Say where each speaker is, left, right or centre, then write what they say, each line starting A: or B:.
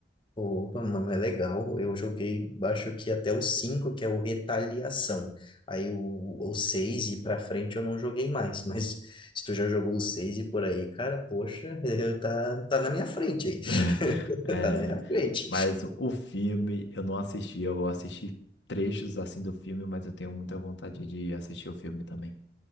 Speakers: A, on the left; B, on the left.
A: Opa, mano, é legal. Eu joguei, acho que até o 5, que é o Retaliação. Aí o, o 6 e pra frente eu não joguei mais, <laughs> mas se tu já jogou o 6 e por aí, cara, poxa, <laughs> tá, tá na minha frente aí.
B: <laughs>
A: <laughs>
B: É,
A: Tá na minha frente.
B: mas o filme eu não assisti, eu assisti trechos assim do filme, mas eu tenho muita vontade de assistir o filme também.